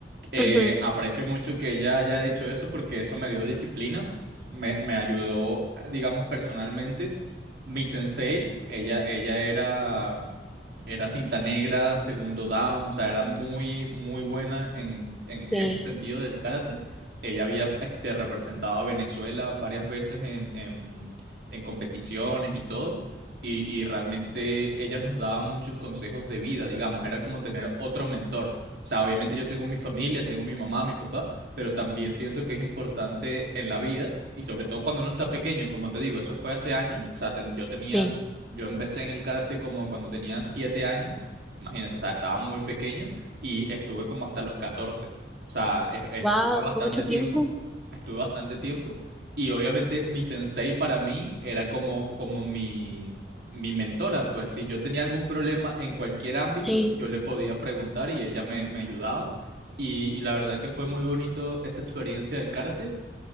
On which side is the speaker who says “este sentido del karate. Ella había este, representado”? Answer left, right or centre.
Right